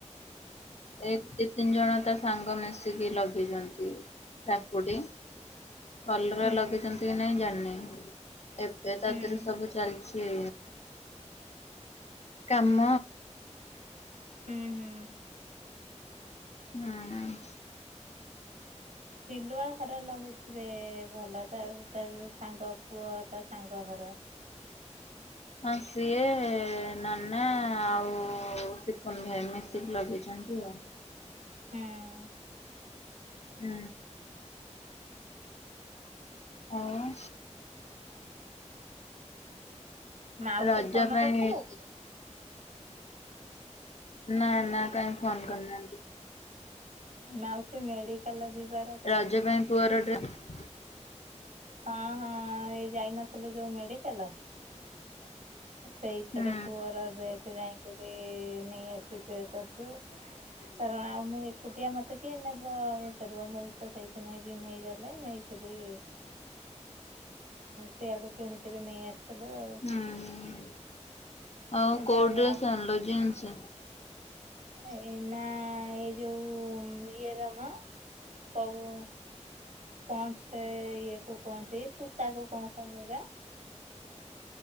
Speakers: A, on the left; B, on the right.
A: ଏଇ ଦି ତିନି ଜଣ ତା ସାଙ୍ଗ ମିଶିକି ଲଗିଛନ୍ତି କାକୁଡି। କଲରା
B: ହୁଁ
A: ଲଗେଇଚଛନ୍ତି କି ନାଇଁ ଜାଣିନି। ଏବେ ତା
B: ହୁଁ
A: ଦେହରେ ସବୁ ଚାଲିଛି। କାମ।
B: ହୁଁ ହୁଁ
A: ହୁଁ।
B: ସିଲୁଆ ଘର ଲଗେଇଥିବେ, ଭଲ ତା ତା ସାଙ୍ଗ ପୁଅ ତା ସାଙ୍ଗ ଘର।
A: ହଁ ସିଏ ନନା ଆଉ ସିକୁନ ଭାଇ ମିଶିକି ଲଗେଇଛନ୍ତି ଆଉ।
B: ହୁଁ।
A: ହୁଁ। ହଉ।
B: ମାଉସୀ
A: ରଜ
B: ଫୋନ
A: ପାଇଁ
B: କରିଥିଲେ କୀ?
A: ନା ନା କାଇହିଁ ଫୋନ କରିନାହାନ୍ତି।
B: ମାଉସୀ ମେଡିକାଲ ଯିବା
A: ରଜ ପାଇଁ ପୁଅର ଡ୍ରେସ
B: ହଁ ହଁ ଏଇ ଯାଇନଥିଲୁ ଯୋଉ ମେଡିକାଲ? ସେଇଥିରେ
A: ହୁଁ
B: ପୁଅର ଡ୍ରେସ ଯାଇକିରି ନେଇ ଆସିଛୁ କରିଛୁ। କାରଣ ଆଉ ମୁଁ ଏକୁଟିଆ ମତେ କିଏ ନେବ ଇଏ କରିବ ମଉସା ସେଇଥି ପାଇଁକି ନେଇ ନେଇଗଲେ ନେଇ ଉ ସିଆଡୁ କିଣିକିରି ନେଇ ଆସିଥିଲୁ ଆଉ।
A: ହୁଁ। ଆଉ କୋଉ
B: ଯାଉ
A: ଡ୍ରେସ୍
B: ଆ
A: ଆଣିଲ, ଜିନ୍ସ?
B: ଏଇନା ଏଯୋଉ ଇଏରମ। କୋଉ ପଣ୍ଡ୍ସ ସେ ଇଏ। କୁ କୁହନ୍ତି ସୂତା କୁ କଣ କୁହନ୍ତି ଏରା?